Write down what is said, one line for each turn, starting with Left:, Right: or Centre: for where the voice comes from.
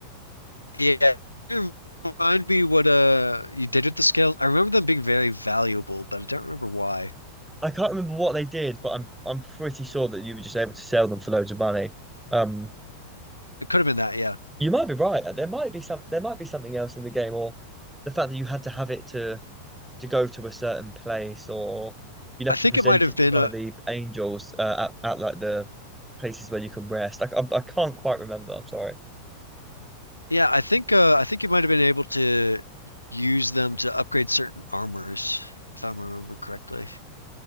Left: yeah, can you remind me what uh you did with the scales? I remember them being very valuable, but I don't remember why.
Centre: I can't remember what they did, but I'm I'm pretty sure that you were just able to sell them for loads of money. Um,
Left: It could have been that, yeah.
Centre: You might be right. There might be some there might be something else in the game, or the fact that you had to have it to to go to a certain place, or you'd have
Left: I think
Centre: to present
Left: it might have
Centre: it
Left: been
Centre: to one
Left: uh,
Centre: of the angels uh, at, at like the places where you can rest. Like I, I can't quite remember. I'm sorry.
Left: Yeah, I think uh, I think you might have been able to use them to upgrade certain armors, if I remember correctly.